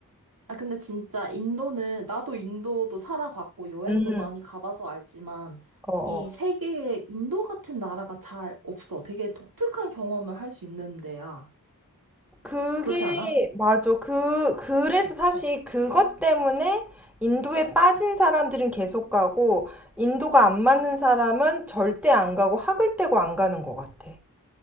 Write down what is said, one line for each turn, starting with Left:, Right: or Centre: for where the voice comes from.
Right: 아, 근데 진짜 인도는, 나도 인도도 살아봤고, 여행도
Centre: 음.
Right: 많이 가봐서 알지만,
Centre: 어,
Right: 이
Centre: 어.
Right: 세계에 인도 같은 나라가 잘 없어. 되게 독특한 경험을 할 수 있는데야.
Centre: 그게
Right: 그렇지 않아?
Centre: 맞아. 그 그래서 사실 그것 때문에 인도에 빠진 사람들은 계속 가고 인도가 안 맞는 사람은 절대 안 가고 학을 떼고 안 가는 것 같아.